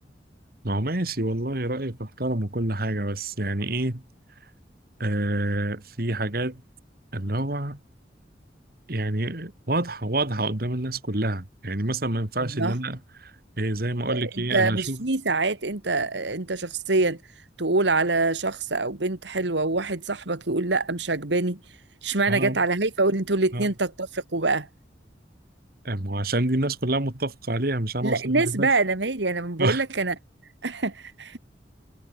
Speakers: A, on the right; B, on the right.
A: ما هو ماشي والله رأيك احترم وكل حاجة بس يعني ايه آه في حاجات اللي هو يعني واضحة واضحة قدام الناس كلها يعني مثلا ما ينفعش
B: الله
A: ان انا إيه زي ما اقول
B: انت
A: لك ايه انا اشوف
B: مش في ساعات انت انت شخصيا تقول على شخص او بنت حلوة وواحد صاحبك يقول لا مش عجباني اشمعنى
A: اه
B: جت على هيفا اقول انتوا الاتنين
A: اه
B: تتفقوا بقى
A: آه، ما هو عشان دي الناس كلها متفقة عليها مش انا
B: لا
A: وصاحبي
B: الناس
A: بس
B: بقى انا مالي انا بقول
A: <laughs>
B: لك انا <laughs>